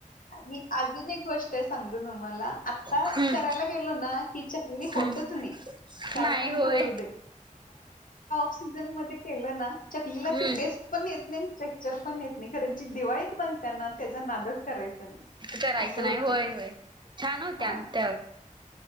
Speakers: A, on the left; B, on the right.
A: आणि अजून एक गोष्ट आहे सांगतो तुम्हाला, आता
B: हम्म
A: करायला गेलो ना ही चकली
B: हम्म
A: काय
B: नाही
A: पण
B: होय
A: करु दे सिजन मधे केल ना, चकलीला
B: हम्म
A: ती टेस्ट पण येत नाही आणि च चर पण येत नाही. खर जी दिवाळीत बनतना त्याचा नादच करायचा नाही.
B: करायचं
A: असं होते
B: नाही. होय. होय. छान होत्या
A: हा
B: अंत